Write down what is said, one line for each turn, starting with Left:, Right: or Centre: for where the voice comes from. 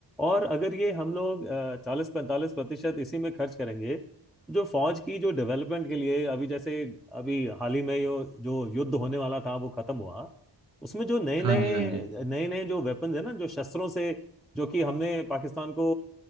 Centre: और अगर ये हम लोग चालीस पैंतालीस प्रतिशत इसी में खर्च करेंगे जो फौज की जो डेवलपमेंट के लिए अभी जैसे अभी हाल ही में जो जो युद्ध होने वाला था वो खत्म हुआ उसमें जो नए
Right: हाँ
Centre: नए
Right: जी हाँ जी
Centre: नए नए जो वेपन्स है ना जो शस्त्रों से जो कि हमने पाकिस्तान को